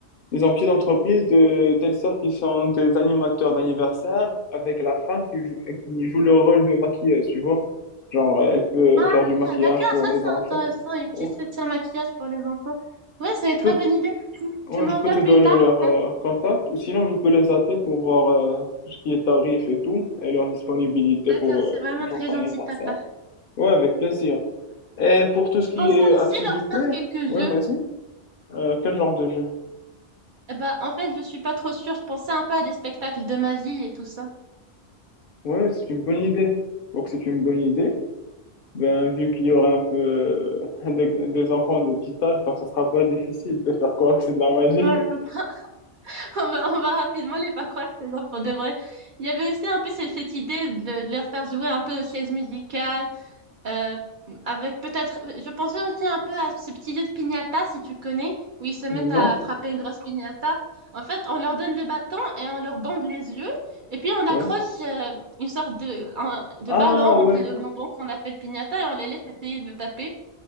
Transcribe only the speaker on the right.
Ah,
d'accord,
ça
c'est
intéressant. Une petite
session maquillage pour les enfants. Ouais, c'est
une très
bonne
idée. Tu,
tu m'envoies
plus
tard
en
fait.
D'accord,
c'est vraiment
très
gentil
de ta part.
Je
pensais
aussi
leur faire quelques
jeux.
Eh ben, en fait, je suis pas trop sûre. Je pensais un peu à des spectacles de magie et tout ça.
Ouais, <laughs> à peu près. <laughs> on va, on va rapidement les faire croire que c'est genre pour de vrai. Il y avait aussi un peu ce- cette, idée de, de leur faire jouer un peu aux chaises musicales Euh, avec peut-être, je pensais aussi un peu à ce petit jeu de piñata, si tu connais, où ils se mettent
à frapper une grosse piñata. En fait, on leur donne des bâtons et on leur bande les yeux. Et puis, on accroche
euh, une sorte de, un- de
ballon
rempli de bonbons qu'on appelle piñata et on les laisse essayer de le taper.